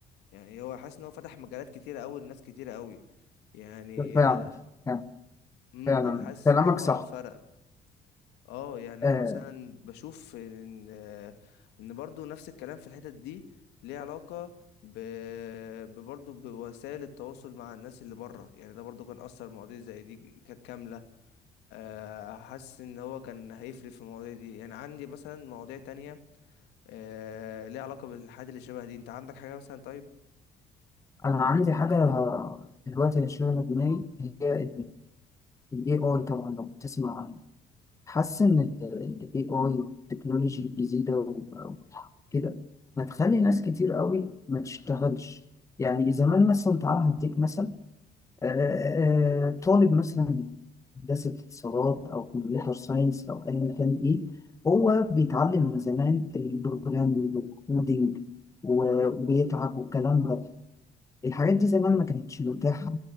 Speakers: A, on the left; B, on the left.
A: يعني هو حاسس ان هو فتح مجالات كتيرة قوي لناس كتيرة قوي يعني
B: فعلا
A: آه،
B: يعني
A: امم
B: فعلا
A: انا حاسس
B: كلامك
A: ان هو
B: صح
A: فرق اه يعني
B: آه
A: انا مثلا بشوف ان ان برضو نفس الكلام في الحتت دي ليه علاقة ب... برضه بوسائل التواصل مع الناس اللي بره يعني ده برضو كان اثر مواضيع زي دي ك- كاملة آه، حاسس ان هو كان هيفرق في المواضيع دي يعني عندي مثلا مواضيع تانية آه، ليها علاقة بالحاجات اللي شبه دي انت عندك حاجة مثلا طيب
B: انا عندي حاجه دلوقتي اللي شغاله دماغي هي الاي اي طبعا لو بتسمع عنه حاسس ان الاي اي والتكنولوجي الجديده و- وكده هتخلي ناس كتير قوي ما تشتغلش يعني زمان مثلا تعالى هديك مثلا آه، آه، طالب مثلا هندسة اتصالات أو كمبيوتر ساينس أو أيا كان إيه هو بيتعلم من زمان البروجرامينج والكودينج و- وبيتعب والكلام ده الحاجات دي زمان ما كانتش متاحة